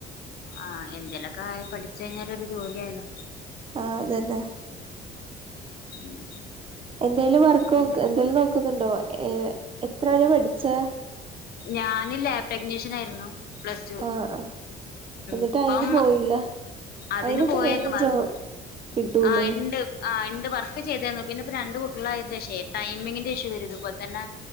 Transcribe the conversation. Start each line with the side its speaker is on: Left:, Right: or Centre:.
Left: ആ എന്തേലൊക്കെ ആ പഠിച്ച ഴ്ഞ്ഞാലൊരു ജോലി ആയല്ലോ
Right: ആ അതന്നെ
Left: ഉം
Right: എന്തേലും വർക്ക് നോ
Left: ഉം
Right: എന്തേലും നോക്കുന്നുണ്ടോ? ഏ എത്ര വരെ പഠിച്ചേ
Left: ഞാനില്ലേ പ്രഗ്നീഷനായിരുന്നു. പ്ലസ് ടു
Right: ആ ആ എന്നിട്ട്
Left: ഇപ്പം
Right: അയിന് പോയില്ല
Left: അതിന്
Right: അയിനൊക്കെ
Left: പോയേർന്നു
Right: വേഗം
Left: <unintelligible>
Right: ജോ കിട്ടൂലേ
Left: ആഹ് ഇണ്ട് ആ ഇണ്ട് പർ ചെയ്തിരുന്നു. പിന്നെപ്പൊ രണ്ട് കുട്ടികളായതിന്റെ ശേഷേ ടൈമിങ്ങിന്റെ ഇഷ്യൂ ഇതു പോൽതന്നെ